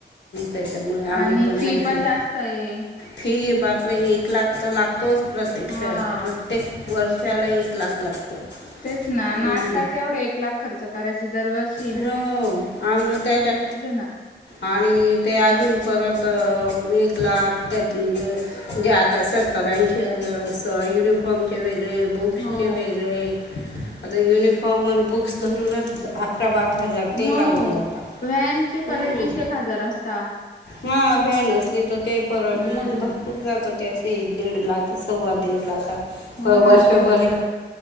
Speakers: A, on the left (about 75°); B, on the left (about 45°).
A: त्याच्यामुळे आम्ही
B: आणि फी
A: नाही
B: पण जास्त आह.
A: फी बापर एक लाख तर लागतोच प्रत्येक अच्छा
B: हा
A: प्रत्येक वर्षाला एक लाख लागतो.
B: तेच ना
A: हम्म.
B: आणि आत्ताच एवढं एक लाख खर्च करायची दरवर्ष
A: हो आ त्याच्या
B: ना
A: आणि ते अजून परत हह. एक लाख त्या जे आता सत्तरऐशी हजार युनिफॉर्मचे व बुक्स
B: हो
A: चे वेगळे आता युनिफॉर्म आणि बुक्स धरूनच अकरा बारा. हजार ते
B: हो
A: लागून जातात
B: व्हॅनचे
A: हम्म.
B: परत वीस एक हजार असता.
A: हा व्हॅन असली तर ते परल
B: हम्म
A: मग भरपूर जातात. त्याच एक दीड लाख सव्वा दीड लाख
B: हो
A: वर्षभर
B: ना तेच तर